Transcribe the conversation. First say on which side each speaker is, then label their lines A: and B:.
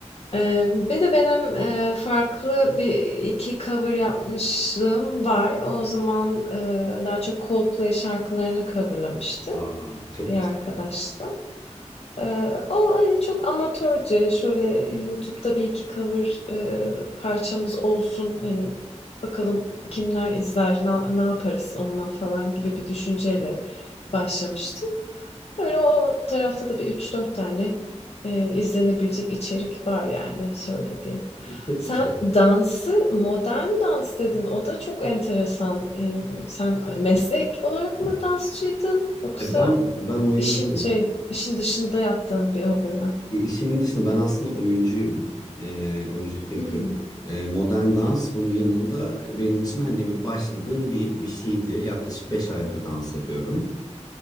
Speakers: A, on the left (about 55°); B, on the left (about 35°).
A: Eee, bir de benim eee, farklı bir iki cover yapmışlığım var. O zaman eee, daha çok Coldplay şarkılarını coverlamıştık
B: Aa, çok
A: bir arkadaşla.
B: güzel.
A: Eee, o, hani, çok amatörce, şöyle YouTube'da bir iki cover, eee, parçamız olsun, hani, bakalım kimler izler, na ne yaparız onunla falan gibi bir düşünceyle başlamıştık. Öyle o tarafta da bir üç dört tane, eee, izlenebilecek içerik var yani söylediğim.
B: Çok
A: Sen
B: güzel.
A: dansı, modern dans dedin. O da çok enteresan. Eee, sen meslek olarak mı dansçıydın yoksa
B: E ben ben oyuncuyum.
A: İşin şey, işin dışında yaptığın bir hobi mi?
B: E, İşimin dışında ben aslında oyuncuyum. E, oyunculuk yapıyorum.
A: Hımm.
B: E, modern dans bunun yanında benim için hani bir başladığım bir, bir şeydi. Yaklaşık 5 aydır dans ediyorum.